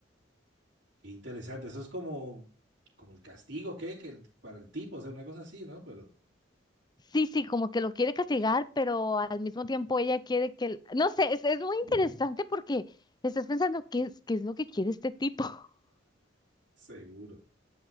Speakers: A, on the right (about 65°); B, on the left (about 20°).
A: qué interesante. Eso es como, como el castigo, ¿qué? Que el- para el tipo, o sea, una cosa así, ¿no? Pero
B: Sí, sí, como que lo quiere castigar, pero al mismo tiempo ella quiere que... el, No sé, es, es muy interesante
A: Ujú.
B: porque estás pensando qué es, qué es lo que quiere este tipo. <laughs>
A: seguro,